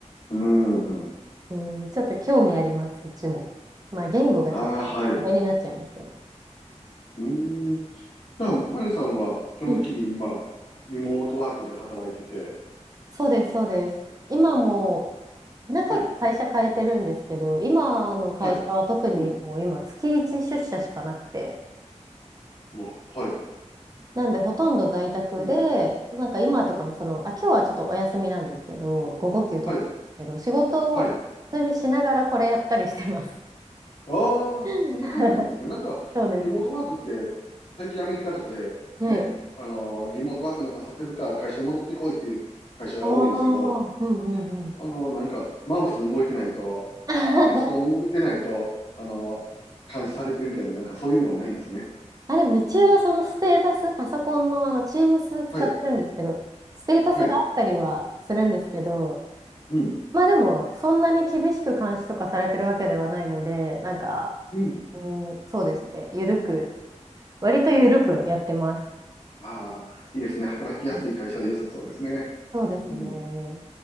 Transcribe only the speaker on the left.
うん。
ああ、はい。うーん。じゃあ、まゆさんは基本的に今、
リモートワークで働いてて、
はい、
はい、うん、うわ、はい、
うん、
はい、
はい。ああ、そそんな感じなんですね。
なんか、
リモートワークって、最近アメリカとかで、
ね、あのーリモートワークなんかさせるか、会社に戻ってこいっていう会社が多いですけど、
あのーなんか、マウス動いてないと、
パソコン動いてないと、あのー監視されてるみたいな、なんかそういうのはないんですね。
はい、
はい、うん、
うん。
ああ、いいですね。働きやすい会社で良さそうですね。
うん。